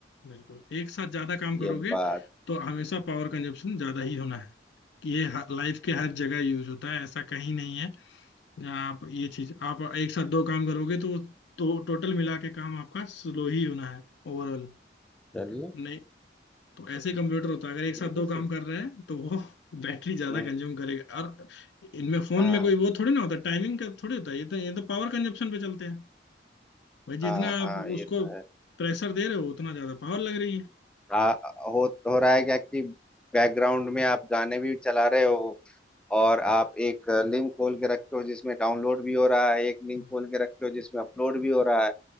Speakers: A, on the left; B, in the centre.
A: बिल्कुल एक साथ ज्यादा काम करोगे
B: ये बात
A: तो हमेशा पावर कंजप्शन ज्यादा ही होना है कि ये लाइफ के हर जगह यूज होता है ऐसा कहीं नहीं है जहाँ आप ये चीज आप एक साथ दो काम करोगे तो तो टोटल मिला के काम आपका स्लो ही होना है ओवरऑल
B: चलिए
A: नहीं तो ऐसे कंप्यूटर होता है अगर एक साथ
B: ये
A: दो
B: भी
A: काम
B: सही
A: कर रहे हैं तो वो बैटरी ज्यादा
B: हम्म
A: कंज्यूम करेगा और इनमें फोन
B: हाँ
A: में कोई वो थोड़ी ना होता टाइमिंग का थोड़ी होता है ये तो ये तो पावर कंजप्शन पे चलते हैं भाई जितना
B: हाँ हाँ
A: आप
B: ये
A: उसको
B: तो है
A: प्रेशर दे रहे हो उतना ज्यादा पावर लग रही है
B: आ, हो हो रहा है क्या कि बैकग्राउंड में आप गाने भी चला रहे हो और आप एक लिंक खोल के रखे हो जिसमें डाउनलोड भी हो रहा है एक लिंक
A: हम्म
B: खोल के रखे हो जिसमें अपलोड भी हो रहा है